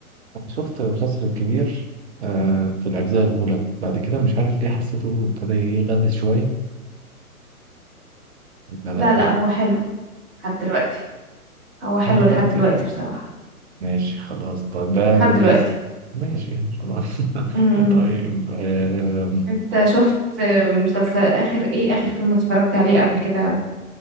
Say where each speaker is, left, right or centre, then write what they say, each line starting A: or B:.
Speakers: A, on the right; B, in the centre.
A: أنا شفت مسلسل الكبير آه في الاجزاء الاولى بعد كده مش عارف ليه حسيته ابتدى يغلس شويه لا
B: لا
A: لا
B: لا
A: آه،
B: هو حلو لحد دلوقتي هو حلو
A: لحد دلوقتي
B: لحد دلوقتي بصراحة
A: ماشي خلاص طيب ده
B: لحد
A: لذيذ
B: دلوقتي
A: ماشي خلاص
B: م- م.
A: <laughs> طيب آه
B: انت شفت آه، مسلسل اخر ايه اخر فيلم اتفرجت عليه قبل كده